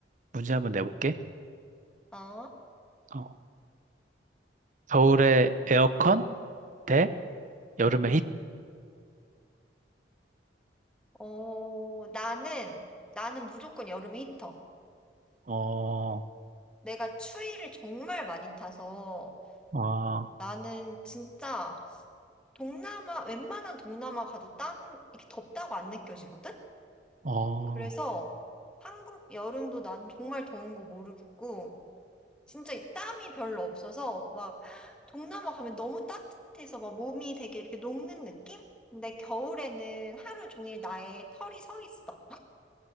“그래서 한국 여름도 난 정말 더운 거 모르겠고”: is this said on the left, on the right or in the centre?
Centre